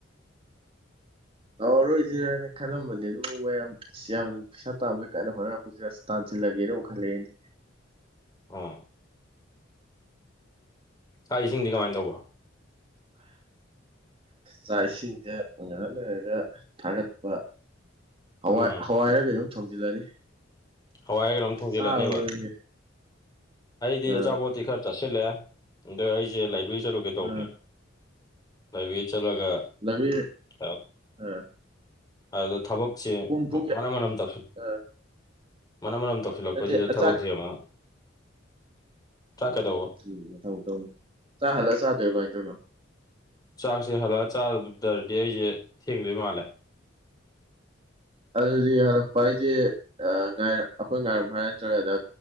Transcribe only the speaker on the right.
ꯇꯧꯔꯔꯣꯏꯁꯤꯔꯅ ꯈꯜꯂꯝꯕꯅꯦ ꯑꯗꯨ ꯃꯌꯥꯝ ꯑꯁ ꯌꯥꯝꯅ ꯄꯩꯁꯥ ꯇꯥꯕꯩ ꯀꯥꯏ ꯍꯣꯠꯅꯔꯛꯄꯁꯤ ꯑꯁ ꯇꯥꯜꯁꯤꯟꯂꯒꯦꯅ ꯑꯃꯨꯛꯈꯜꯂꯦꯅꯦ
ꯆꯥꯛ ꯏꯁꯤꯡꯗ ꯉꯥꯏꯍꯛꯂꯩꯔꯥꯒ ꯊꯥꯒꯠꯄ ꯍꯋꯥꯏ
ꯍꯋꯥꯏꯔ ꯀ ꯑꯗꯨꯝ ꯊꯣꯡꯖꯤꯜꯂꯅꯤ
ꯆꯥꯔꯕ ꯅꯪꯗꯤ
ꯑ
ꯑ
ꯅꯕꯤ
ꯑ <inaudible>
ꯄꯨꯡ ꯄꯨꯡ ꯀꯌꯥ
ꯑ
ꯅꯠꯇꯦ ꯑꯆꯥꯛ
ꯎꯝ ꯎꯝ ꯃꯊꯪ ꯊꯧꯅꯤ ꯆꯥ ꯍꯜꯂ ꯆꯥꯗꯣꯏꯣ ꯀꯃꯥꯏꯅ ꯇꯧꯅꯣ
ꯑꯗꯨꯗꯤ ꯍꯜꯂꯛꯄ ꯍꯥꯏꯁꯦ ꯑꯩꯈꯣꯏ ꯉꯥꯏꯔꯝꯃꯣ ꯍꯥꯏꯔ ꯅꯠꯇ꯭ꯔꯒ